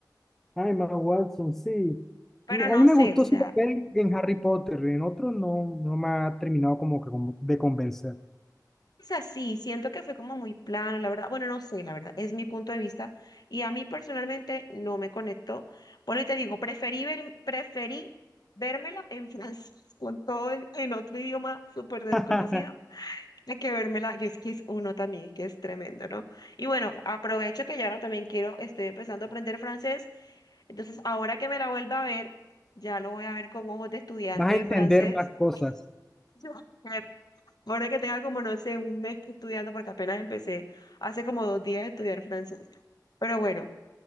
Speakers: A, in the centre; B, on the left.
A: Ay, Emma Watson, sí.
B: Pero
A: Me-
B: no
A: A mí me
B: sé,
A: gustó
B: o sea.
A: su papel en Harry Potter, en otro no, no me ha terminado como que como de convencer.
B: sea, sí, siento que fue como muy plano, la verdad. Bueno, no sé, la verdad, es mi punto de vista. Y a mí personalmente no me conectó. Por eso te digo, preferí ver, preferí vérmela en <laughs> francés con todo el- en otro idioma súper desconocido.
A: <laughs>
B: Hay que vérmela, y es que es uno también, que es tremendo, ¿no? Y bueno, aprovecho que ya ahora también quiero, estoy empezando a aprender francés, entonces ahora que me la vuelva a ver, ya lo voy a ver con ojos de estudiante
A: Vas a
B: de
A: entender
B: francés.
A: más cosas.
B: <laughs> Ahora que tenga como, no sé, un mes estudiando, porque apenas empecé hace como dos días a estudiar francés. Pero bueno,